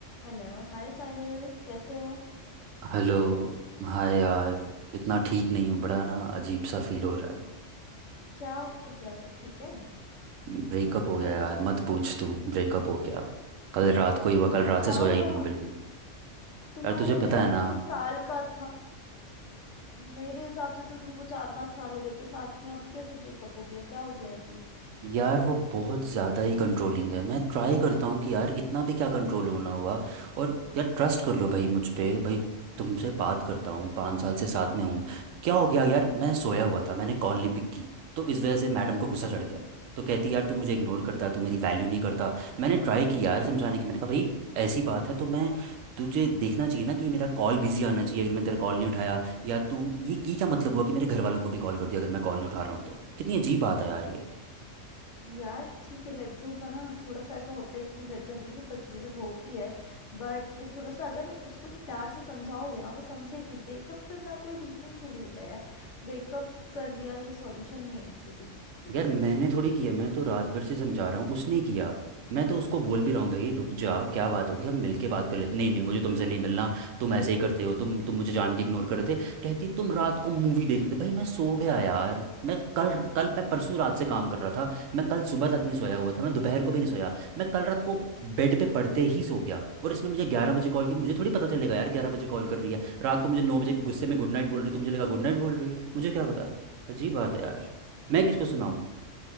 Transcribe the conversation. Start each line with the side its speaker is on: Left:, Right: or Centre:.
Left: Hello Hi Sahil कैसे हो
Right: हेलो हाय यार इतना ठीक नहीं हूँ बड़ा ना अजीब सा फील हो रहा है
Left: क्या हो गया सब ठीक है
Right: ब्रेकअप हो
Left: क्या
Right: गया यार
Left: चल रहा है
Right: मत पूछ तू ब्रेकअप हो गया कल रात को ही
Left: क्यों
Right: हुआ कल रात
Left: क्या
Right: से सोया
Left: हुआ
Right: ही नहीं हूँ बिल्कुल भी
Left: तुम्हारे
Right: यार तुझे
Left: तो
Right: पता
Left: यार
Right: है
Left: इतने
Right: ना
Left: साल का था मेरे हिसाब से तो तुमको चार पांच साल हो गए थे साथ में अभी कैसे ब्रेकअप हो गया क्या हो गया है अभी
Right: यार वो बहुत ज़्यादा ही कंट्रोलिंग है मैं ट्राई करता हूँ कि यार इतना भी क्या कंट्रोल होना हुआ और यार ट्रस्ट कर लो भाई मुझ पे भाई तुमसे बात करता हूँ पाँच साल से साथ में हूँ क्या हो गया यार मैं सोया हुआ था मैंने कॉल नहीं पिक की तो इस वजह से मैडम को गुस्सा चढ़
Left: हम्म
Right: गया तो कहती यार तू मुझे इग्नोर करता है तू मेरी वैल्यू नहीं करता मैंने ट्राई की यार समझाने की मैंने कहा भाई ऐसी बात है तो मैं तुझे देखना चाहिए ना कि मेरा कॉल बिजी आना चाहिए अगर मैंने तेरा कॉल नहीं उठाया या तू ये ये क्या मतलब हुआ कि मेरे घर वालों को भी कॉल कर दिया अगर मैं कॉल नहीं उठा रहा हूँ तो कितनी अजीब बात है यार ये
Left: यार ठीक है लड़कियों का ना थोड़ा सा ऐसा होता है कि लड़कियां थोड़ी सी पजेसिव होती है बट थोड़ा सा अगर उसको तुम प्यार से समझाओगे ना वो समझेगी ब्रेकअप करना कोई रीजन थोड़ी होता है यार। ब्रेकअप कर लिया ये सॉल्यूशन नहीं है किसी भी चीज
Right: यार मैंने
Left: का
Right: थोड़ी किया मैं तो रात भर से समझा रहा हूँ उसने किया मैं तो उसको बोल भी रहा हूँ भाई रुक जा क्या बात होगी हम मिलके बात कर लेते नहीं नहीं मुझे तुमसे नहीं मिलना तुम ऐसे ही करते हो तुम तुम मुझे जान के इग्नोर कर रहे थे कहती तुम रात को मूवी देख रहे थे भाई मैं सो गया यार मैं कल कल मैं परसों रात से काम कर रहा था मैं कल सुबह तक नहीं सोया हुआ था मैं दोपहर को भी नहीं सोया मैं कल रात को बेड पे पड़ते ही सो गया और इसने मुझे ग्यारह बजे कॉल की मुझे थोड़ी पता चलेगा यार ग्यारह बजे कॉल कर रही है रात को मुझे नौ बजे गुस्से में गुड नाइट बोल रही है तो मुझे लगा गुड नाइट बोल रही है मुझे क्या पता अजीब बात है यार मैं किसको सुनाऊं